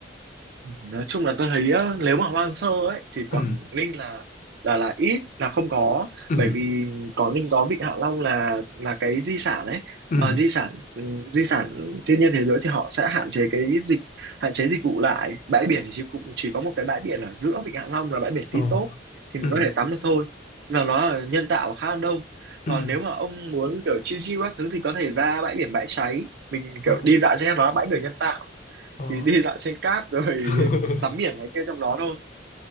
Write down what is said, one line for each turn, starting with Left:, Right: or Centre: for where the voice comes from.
Right: nói chung là tôi thấy á, nếu mà hoang sơ ấy thì Quảng
Left: ừ
Right: Ninh là là là ít là không có
Left: ừ
Right: bởi vì Quảng Ninh có Vịnh Hạ Long là là cái di sản ấy
Left: ừ
Right: mà di sản ừ, di sản thiên nhiên thế giới thì họ sẽ hạn chế cái dịch hạn chế dịch vụ lại bãi biển thì chỉ cũng chỉ có một cái bãi biển ở giữa Vịnh Hạ Long là bãi biển
Left: ồ
Right: Tí Tốp thì
Left: ừ
Right: mình có thể tắm được thôi và nó là nhân tạo và khá là đông còn
Left: ừ
Right: nếu mà ông muốn kiểu chill chill các thứ thì có thể ra bãi biển Bãi Cháy mình
Left: Ồ,
Right: kiểu đi dạo trên nó là bãi biển nhân tạo
Left: ồ.
Right: thì đi dạo trên cát <laughs> rồi
Left: <laughs>
Right: tắm biển này kia trong đó thôi